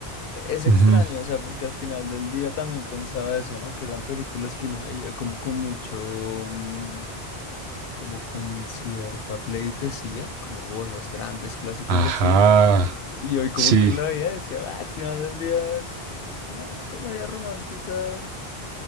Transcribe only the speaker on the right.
Ujú.
Ajá.
Sí,